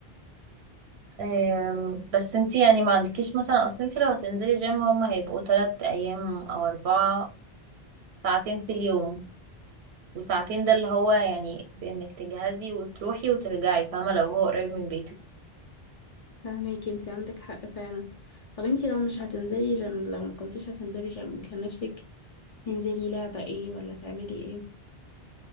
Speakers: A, on the right; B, on the left.
A: آم، بس انتي يعني ما عندكيش مثلا اصل انتي لو هتنزلي جيم هما هيبقوا تلات ايام او اربعه ساعتين في اليوم وساعتين ده اللي هو يعني بانك تجهزي وتروحي وترجعي فاهمه لو هو قريب من بيتك
B: فهماكي انتي عندك حق فعلا طب انتي لو مش هتنزلي جيم لو ما كنتيش هتنزلي جيم كان نفسك تنزلي لعبة ايه ولا تعملي ايه